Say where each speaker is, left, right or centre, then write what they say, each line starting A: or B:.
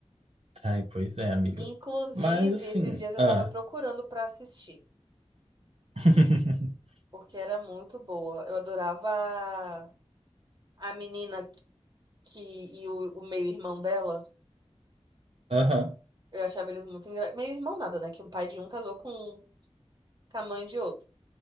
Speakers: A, on the right; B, on the right.
A: Ai, pois é, amiga.
B: Inclusive,
A: Mas assim,
B: esses dias eu
A: ah.
B: tava procurando pra assistir,
A: <laughs>
B: porque era muito boa. Eu adorava a a menina que e o, o meio-irmão dela.
A: Aham,
B: Eu achava eles muito engraçados. Meio-irmão nada, né? Que um pai de um casou com, com a mãe de outro.